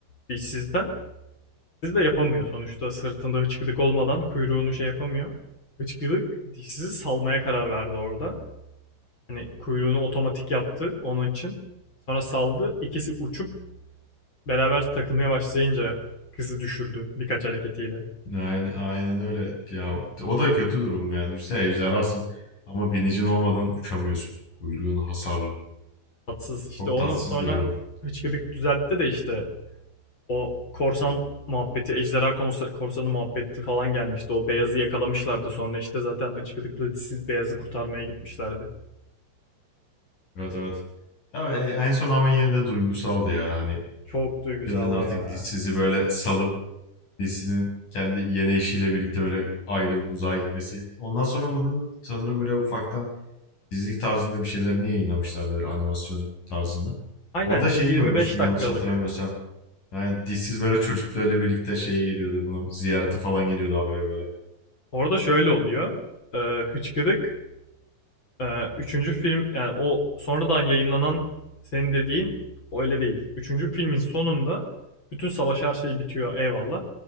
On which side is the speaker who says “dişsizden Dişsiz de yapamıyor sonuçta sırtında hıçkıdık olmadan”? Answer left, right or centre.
Left